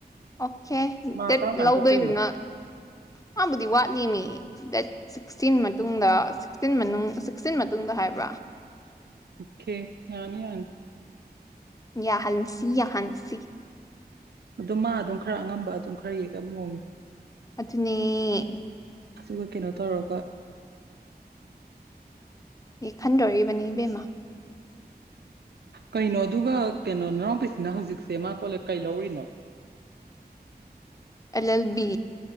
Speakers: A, on the left (about 20°); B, on the right (about 75°).
A: ꯑꯣꯀꯦ
B: ꯃꯥ
A: ꯗꯦꯠ
B: ꯀꯔꯝ ꯀꯥꯟ
A: ꯂꯧꯗꯣꯏꯗꯨꯅ
B: ꯆꯠꯇꯣꯏꯅꯣ
A: ꯃꯥꯕꯨꯗꯤ ꯋꯥꯠꯂꯤ ꯃꯤ ꯗꯦꯠ ꯁꯤꯛꯁꯇꯤꯟ ꯃꯇꯨꯡꯗ ꯁꯤꯛꯁꯇꯤꯟ ꯃꯅꯨꯡ ꯁꯤꯛꯁꯇꯤꯟ ꯃꯇꯨꯡꯗ ꯍꯥꯏꯕ꯭ꯔꯥ
B: ꯑꯣꯀꯦ ꯌꯥꯅꯤ ꯌꯥꯅꯤ
A: ꯌꯥ ꯍꯟꯁꯤ ꯌꯥ ꯍꯟꯁꯤ
B: ꯑꯗꯨ ꯃꯥ ꯑꯗꯨꯝ ꯈꯔ ꯑꯉꯝꯕ ꯑꯗꯨꯝ ꯈꯔ ꯌꯦꯛꯒ ꯑꯃ ꯃꯣꯌꯨ꯫
A: ꯑꯗꯨꯅꯦ
B: ꯑꯗꯨꯒ ꯀꯩꯅꯣ ꯇꯧꯔꯒ
A: ꯌꯦꯛꯍꯟꯗꯣꯔꯤꯕꯅꯤ ꯏꯕꯦꯝꯃꯥ
B: ꯀꯩꯅꯣ ꯑꯗꯨꯒ ꯀꯩꯅꯣ ꯅꯅꯥꯎꯄꯤꯁꯤꯅ ꯍꯧꯖꯤꯛꯁꯦ ꯃꯥ ꯀꯣꯂ ꯀꯩ ꯂꯧꯔꯤꯅꯣ?
A: L L B